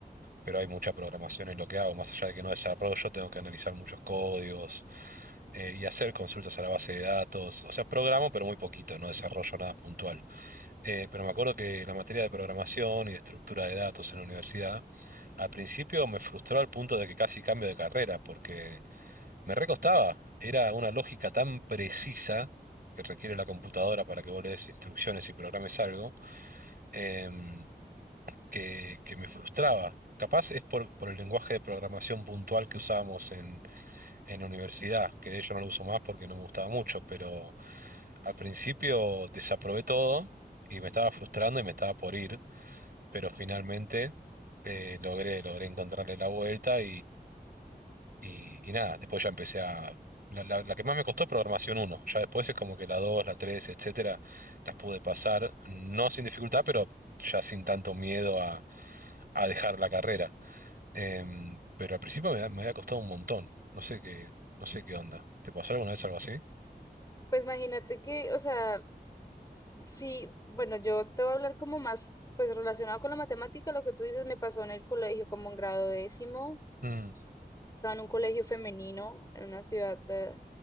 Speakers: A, on the right (about 60°); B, on the left (about 20°).
A: pero hay mucha programación en lo que hago. Más allá de que no desarrollo, tengo que analizar muchos códigos eh, y hacer consultas a la base de datos. O sea, programo, pero muy poquito, no desarrollo nada puntual. Eh, pero me acuerdo que la materia de programación y de estructura de datos en la universidad, al principio me frustró al punto de que casi cambio de carrera, porque me recostaba. Era una lógica tan precisa que requiere la computadora para que vos le des instrucciones y programes algo. em, que, que me frustraba. Capaz es por, por el lenguaje de programación puntual que usábamos en, en la universidad, que de hecho no lo uso más porque no me gustaba mucho, pero al principio desaprobé todo y me estaba frustrando y me estaba por ir, pero finalmente eh, logré, logré encontrarle la vuelta y, y nada, después ya empecé a... La, la- la que más me costó, programación uno Ya después es como que la dos la tres etcétera, las pude pasar, no sin dificultad, pero ya sin tanto miedo a, a dejar la carrera. Em, pero al principio me, ha- me había costado un montón. No sé qué, no sé qué onda. ¿Te pasó alguna vez algo así?
B: Pues imagínate que, o sea, sí, bueno, yo te voy a hablar como más, pues relacionado con la matemática, lo que tú dices me pasó en el colegio como en grado décimo,
A: Mm,
B: estaba en un colegio femenino en una ciudad de-